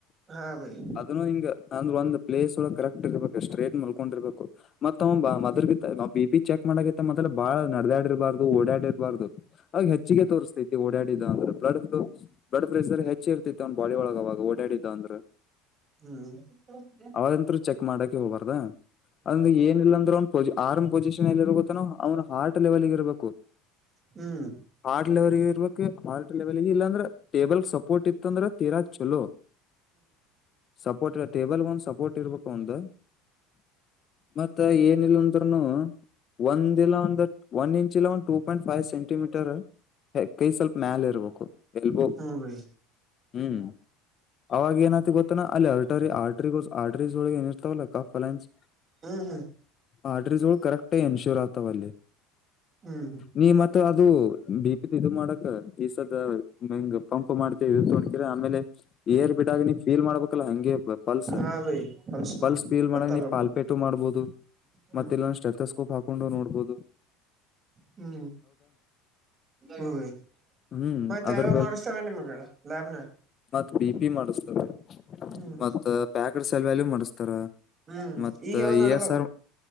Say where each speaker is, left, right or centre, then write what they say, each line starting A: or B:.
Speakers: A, on the right; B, on the left.
A: ಹಾ ಭೈ
B: ಅದನ್ನು ಹಿಂಗ ಅಂದ್ರ ಒಂದ್ ಪ್ಲೇಸ್ ಒಳ ಕರೆಕ್ಟ್ ಇರ್ಬೇಕು ಸ್ಟ್ರೇಟ್ ಮಲ್ಕೊಂಡ ಇರ್ಬೇಕು ಮತ್ತ್ ಹ್ಮ ಮದ್ಲ ಬಿ ಬಿ ಪಿ ಚೆಕ್ ಮಾಡಕಿತ್ತ ಮದಲ ಬಾಳ ನಡದ್ಯಾಡಿರ್ಬಾರ್ದು ಓಡಾಡಿರ್ಬಾರ್ದು ಅವಾಗ ಹೆಚ್ಚಿಗೆ ತೋರಿಸಸ್ತೈತಿ ಓಡಾಡಿದ ಅಂದ್ರ ಬ್ಲಡ ಬ್ಲಡ್ ಪ್ರೆಷರ್ ಹೆಚ್ಚ ಹೆಚ್ಚೆ ಇರ್ತೈತಿ ಅವನ ಬಾಡಿ ಒಳಗ ಅವಾಗ ಓಡಾಡಿದ್ದ ಅಂದ್ರ
A: ಹ್ಮ್
B: ಅವಾಗಂತ್ರು ಚೆಕ್ ಮಾಡಕ ಹೋಗಬಾರ್ದ ಅದ್ರ ಏನಿಲ್ಲಾ ಅಂದ್ರ ಪೊ ಆರ್ಮ್ ಪೊಸಿಷನ್ ಎಲ್ಲಿ ಇರಬೇಕಾನ ಅವ್ನ ಹಾರ್ಟ್ ಲೆವೆಲ್ಗ ಇರಬೇಕು.
A: ಹ್ಮ
B: ಹಾರ್ಟ್ ಲೆವೆಲ್ ಇರ್ಬೇಕು ಹಾರ್ಟ್ ಲೆವೆಲ್ ಇಲ್ಲ ಅಂದ್ರ ಟೇಬಲ್ ಸಪೋರ್ಟ್ ಇತ್ತ ಅಂದ್ರ ತೀರಾ ಚಲೋ ಸಪೋರ್ಟ್ ಟೇಬಲ್ ಗ ಒಂದ ಸಪೋರ್ಟ್ ಇರ್ಬೇಕ ಒಂದು ಮತ್ತ ಏನ ಇಲ್ಲ ತೃನು ಒಂದಲ್ಲ ಒಂದ ಒನ್ ಇಂಚ್ ಇಲ್ಲ ಒಂದು ಟೂ ಪಿಂಟ್ ಫೈವ್ ಸೆಂಟಿಮೀಟರ್ ಕೈ ಸ್ವಲ್ಪ ಮ್ಯಾಲ ಇರ್ಬೇಕು ಎಲ್ಬೋ
A: ಹ್ಮ್ ಬೈ
B: ಹ್ಮ ಅವಾಗ ಏನತ ಗೊತ್ತನಾ ಅಲ್ಲಿ ಆರ್ಟ್ರ ಆಟ್ರಗ ಆರ್ಟ್ರಸ್ ಒಳಗ ಏನ ಇರ್ತಾವಲ್ಲಕ್ಕ ಅಲಾನ್ಸ್
A: ಹ್ಮ್
B: ಆರ್ಡ್ರ ಜವ ಕರಕ್ಟ್ ಎನ್ಶೂರ್ ಆತ ಒಲ್ಲಿ
A: ಹ್ಮ
B: ನೀ ಮತ್ತ ಅದು ಉ ಬಿಪಿದ ಇದು ಮಾಡಕ್ ಈಸದ ಮಂಗ ಪಂಪ್ ಮಾಡ್ತವಿ ಇ ತಗೊಂಡತರ ಆಮೇಲ ಏರ್ ಬಿಡಾಗ ನೀ ಫೀಲ್ ಮಾಡ್ಬೇಕಲ್ಲಾ ಹಂಗೆ ಪಲ್ಸ್
A: ಹಾ ಬೈ ಕಲ್ಸು
B: ಪಲ್ಸ್ ಫೀಲ್ ಮಾಡಗ
A: ಗೊತ್ತಾಗಬೇಕು
B: ನೀ ಪಾಲ್ಪೇಟು ಮಾಡ್ಬದು
A: ಹ್ಮ್
B: ಮತ್ತ ಇಲ್ಲ ಶೆತಸ್ಕೋಪ್ ಹಾಕೊಂಡು ನೋಡ್ಬದು.
A: ಹ್ಮ ಹ
B: ಹ್ಮ್
A: ಮತ್ತ
B: ಅದ್ರ
A: ಯಾವವ ಮಾಡಾಸತರ ನೀಮ್ಮ ಲ್ಯಾಬ್ ನಾಗ
B: ಮತ್ತ್ ಬಿ ಪಿ ಮಾಡಸ್ತಾರ
A: ಹ್ಮ್
B: ಮತ್ತ ಪ್ಯಾಕಡ್ ಸಲ್ವ್ಯಾಲ ಮಾಡಸ್ತಾರ.
A: ಹ್ಮ್
B: ಮತ್ತ
A: ಈಗ ಯಾವ್
B: ಎ
A: ನಡ್ದಾವ
B: ಎಸ್ ಆರ್